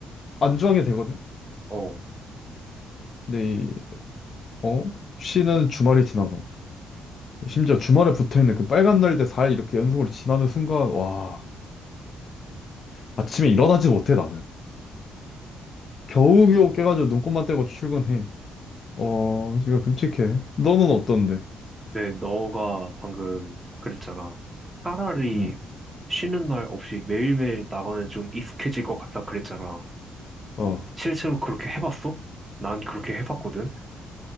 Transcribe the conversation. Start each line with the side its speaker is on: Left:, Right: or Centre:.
Left: 안주하게 되거든.
Right: 어.
Left: 근데 이, 어? 쉬는 주말이 지나가. 심지어 주말에 붙어있는 그 빨간 날대 사 일 이렇게 연속으로 지나는 순간 와 아침에 일어나지 못해 나는. 겨우겨우 깨가지고 눈곱만 떼고 출근해. 어 지금 끔찍해. 너는 어떤데?
Right: 네, 너가 방금 그랬잖아. 차라리
Left: 응.
Right: 쉬는 날 없이 매일매일 나가면 좀 익숙해질 것 같다 그랬잖아.
Left: 어.
Right: 실제로 그렇게 해봤어? 난 그렇게 해봤거든.